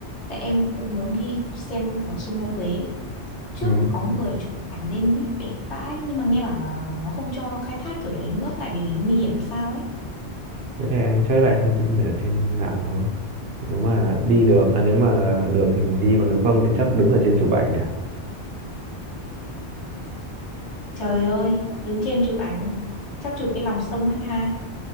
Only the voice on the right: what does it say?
Ừ.
Thế thì anh check lại thông tin ở trên mạng thôi. Nếu mà đi được, à nếu mà được thì mình đi, còn nếu không thì chắc đứng ở trên chụp ảnh được.